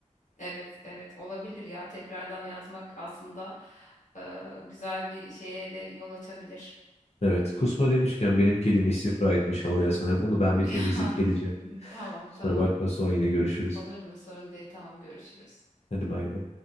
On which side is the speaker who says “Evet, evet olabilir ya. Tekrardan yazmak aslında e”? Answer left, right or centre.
Left